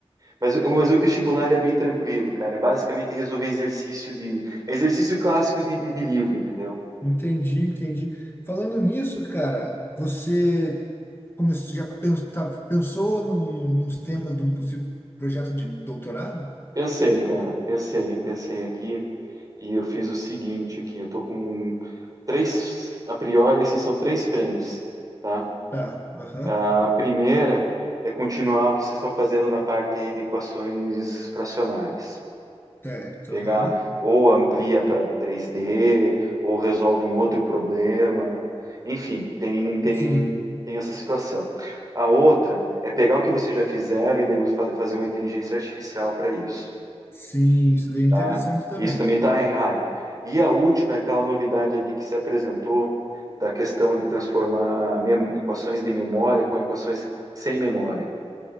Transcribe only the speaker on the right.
Mas, mas o vestibular é bem tranquilo, cara. É basicamente resolver exercício de. É exercício clássico de, de, de livro, entendeu?
Pensei, cara, pensei, pensei aqui e eu fiz o seguinte aqui, eu tô com três, a priori, esses são três frentes, tá?
A primeira é continuar o que vocês estão fazendo na parte de equações fracionárias.
Pegar
ou amplia para três d ou resolve um outro problema, enfim, tem, tem,
tem essa situação. A outra é pegar o que vocês já fizeram e daí fa- fazer uma inteligência artificial para isso.
Tá?
Isso também está em hype. E a última é aquela novidade ali que se apresentou da questão de transformar mem- equações de memória com equações sem memória.